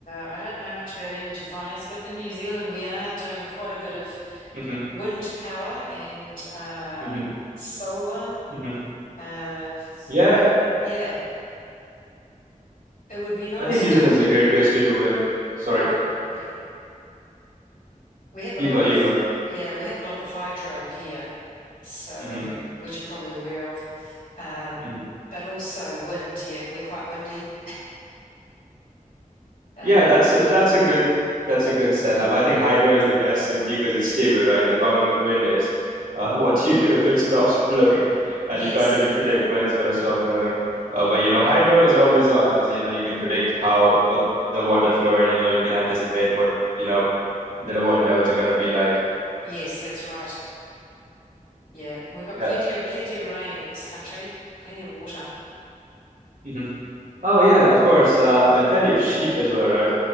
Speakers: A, on the left; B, on the right.
A: I don't know much about energy finance, but in New Zealand we are doing quite a bit of
B: Mm-hmm,
A: wind power and uh,
B: hmm
A: solar.
B: hmm
A: Uh,
B: Yeah,
A: we yeah, it would be nice
B: I think New
A: to.
B: Zealand is a great place to do in. Sorry,
A: Uh, yeah. We have a
B: you
A: lot
B: go,
A: of
B: you go.
A: yeah, we have a lot of hydro here, so
B: hmm
A: which you're probably aware of. Um,
B: hmm
A: but also wind, yeah, we're quite windy. Uh,
B: Yeah, that's a, that's a good that's a good setup. I think hydro is the best simply because it's stable, right? The problem with wind is uh, <laughs> what do you do if it stops blowing, and
A: yes,
B: you can't really predict when it's gonna stop blowing. Uh, but you know, hydro is always on because you know you can predict how what the water flow and you know you can anticipate what you know the water levels are gonna be like.
A: yes, that's right. Yeah, we've got
B: Yeah.
A: plenty of plenty of rain in this country, plenty of water.
B: hmm Oh yeah, of course. Uh, and plenty of sheep as well, right?